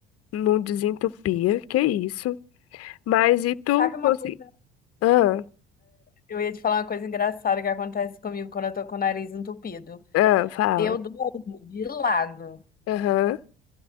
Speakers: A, on the left (about 50°); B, on the left (about 30°).
A: Não desentupia, que isso. Mas e tu
B: Sabe uma
A: consegui...
B: coisa?
A: Ah,
B: Eu ia te falar uma coisa engraçada que acontece comigo quando eu tô com o nariz entupido.
A: ah, fala.
B: Eu durmo de lado.
A: Aham,